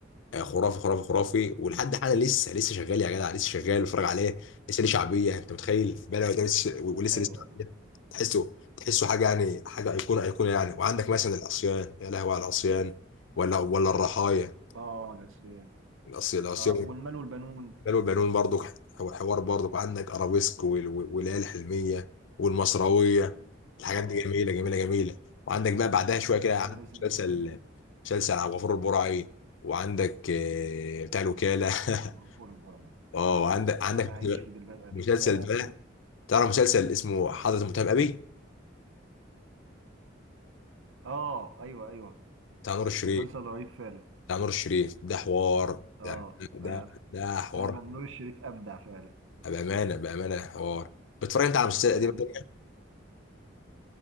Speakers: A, on the left; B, on the right.
A: آه، خرافي خرافي خرافي ولحد حالا لسه لسه شغال يا جدع لسه شغال بتفرج عليه لسه ليه شعبيه انت متخيل بلا ده لسه ولسه
B: ايوه
A: ليه شعبيه
B: ايوه
A: تحسه تحسه حاجه يعني حاجه ايقونه ايقونه يعني وعندك مثلا العصيان يا لهوي على العصيان ولا ولا الرحايا
B: اه العصيان
A: العصيان العصيان
B: اه والمال والبنون
A: بلو البنون برضو حو- حوار برضو وعندك ارابيسك وال- وال- والليالي الحلميه والمصراويه الحاجات
B: اه
A: دي جميله جميله جميله وعندك بقى بعدها شويه كده
B: ايام
A: عندك
B: الزمن
A: مسلسل
B: الجميل
A: مسلسل عبد الغفور البرعي وعندك آه، بتاع الوكاله <laughs>
B: آه، غفور البرع
A: اه عندك عندك
B: لن اعيش في جلباب ابي
A: مسلسل
B: اه
A: بقى تعرف مسلسل اسمه حضرة المتهم أبي
B: آه، ايوه ايوه
A: بتاع نور الشريف
B: مسلسل رهيب فعلا
A: بتاع نور الشريف ده حوار
B: اه
A: ده ده
B: ف-
A: ده حوار
B: فعلا نور الشريف ابدع فعلا
A: بأمانة بأمانة حوار بتتفرج أنت على مسلسلات قديمة
B: يعني
A: تانية؟